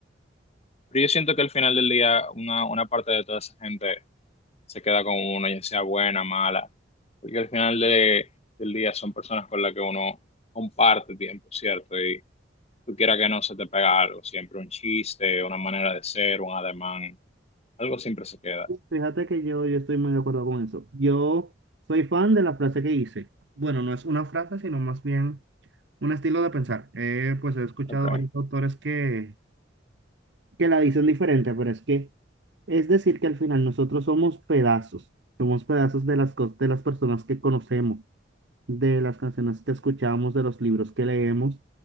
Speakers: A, on the left; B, on the right.
A: Pero yo siento que al final del día una, una parte de toda esa gente se queda con uno, ya sea buena, mala, porque al final de- del día son personas con las que uno comparte tiempo, ¿cierto? Y tú quieras que no se te pega algo, siempre un chiste, una manera de ser, un ademán, algo siempre se queda.
B: Fíjate que yo, yo estoy muy de acuerdo con eso. Yo soy fan de la frase que hice. Bueno, no es una frase, sino más bien un estilo de pensar. Eh, pues he escuchado
A: Okay.
B: varios autores que, que la dicen diferente, pero es que es decir que al final nosotros somos pedazos. Somos pedazos de las, cos- de las personas que conocemos, de las canciones que escuchamos, de los libros que leemos,